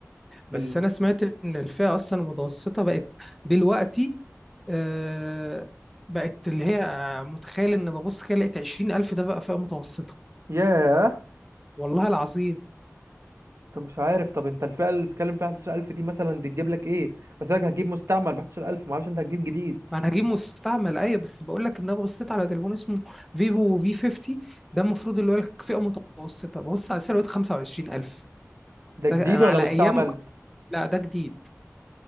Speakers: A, in the centre; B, on the right (about 60°).
A: بس
B: ال...
A: انا سمعت ان الفئه اصلا المتوسطه بقت دلوقتي آه بقت اللي هي متخيل ان ببص كده لقيت 20000 ده بقى فئه متوسطه
B: ياه
A: والله العظيم
B: انت مش عارف طب انت الفئه اللي بتتكلم فيها 11000 دي مثلا دي تجيب لك ايه بس لك هتجيب مستعمل ب 11000 ما اعرفش انت هتجيب جديد
A: ما انا هجيب مستعمل ايوه بس بقول لك ان انا بصيت على تليفون اسمه فيفو في 50 ده المفروض اللي هو فئه متوسطه ببص على سعره لقيت 25000
B: ده
A: ده
B: جديد
A: انا
B: ولا
A: على
B: مستعمل
A: ايام ما كنت لا ده جديد